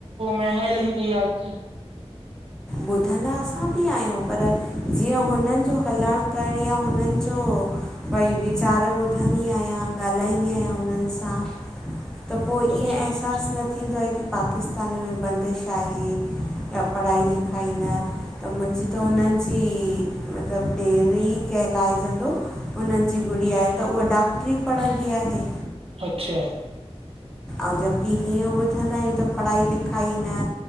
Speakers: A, on the right; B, in the centre.
A: महंगाई लॻी पई आ हुते
B: ॿुधंदा असां बि आहियूं पर जीअं हुननि जो हलाइणु करणी या हुननि जो पई वीचार ॿुधंदी आहियां, ॻाल्हाईंदी आहियां उन्हनि सां, पोई इअं
A: अच्छा
B: एहसास न थींदो आ कि पाकिस्त तान में बंदिश आहे या पढ़ाई लिखाई न त मुंहिंजी त हुननि जी, मतलबु ॾेरी कहिलाइजंदो उन्हनि जी गुड़िया आ, त उहा डॉक्टरी पढ़ंदी आहे।
A: अच्छा
B: ऐं जबकी हीअं ॿुधंदा आहियूं त, पढ़ाई लिखाई न